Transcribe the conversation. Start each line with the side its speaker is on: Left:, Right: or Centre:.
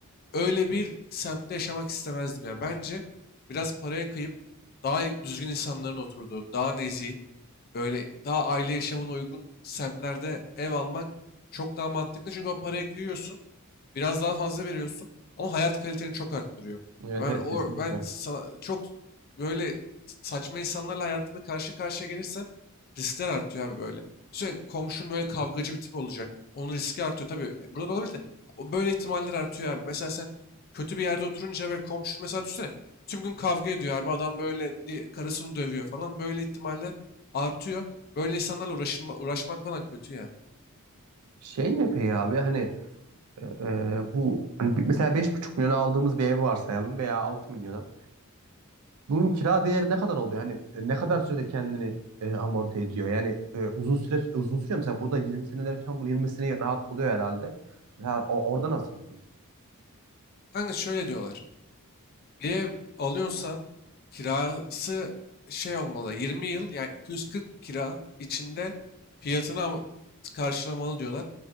Left: öyle bir semtte yaşamak istemezdim ya. Bence biraz paraya kıyıp daha iyi- düzgün insanların oturduğu, daha nezih, böyle daha aile yaşamına uygun semtlerde ev almak çok daha mantıklı. Çünkü o paraya kıyıyorsun. Biraz daha fazla veriyorsun ama hayat kaliteni çok arttırıyor.
Right: Evet
Left: Ben
Right: evet
Left: o
Right: kesinlikle.
Left: ben sa- çok böyle saçma insanlarla hayatında karşı karşıya gelirsen riskler artıyor abi böyle. Sürekli komşun böyle kavgacı bir tip olacak. Onun riski artıyor tabii. e, Burada da olabilir de o böyle ihtimaller artıyor abi. Mesela sen kötü bir yerde oturunca böyle komşun mesela düşünsene tüm gün kavga ediyor abi adam böyle di- karısını dövüyor falan böyle ihtimaller artıyor. Böyle insanlarla uğraşılma, uğraşmak falan kötü ya.
Right: Şey ne peki abi hani e, e, bu hani bi- mesela 5,5 milyona aldığımız bir ev varsayalım veya 6 milyona. Bunun kira değeri ne kadar oluyor? Yani e, ne kadar sürede kendini e, amorti ediyor? Yani e, uzun süre uzun sürüyor mu? mesela burada 20 seneler falan bu 20 seneyi rahat buluyor herhalde. Mesela o- orada nasıl durum?
Left: Kanka şöyle diyorlar. Bir ev alıyorsan kirası şey olmalı 20 yıl yani 240 kira içinde fiyatını am- karşılamalı diyorlar.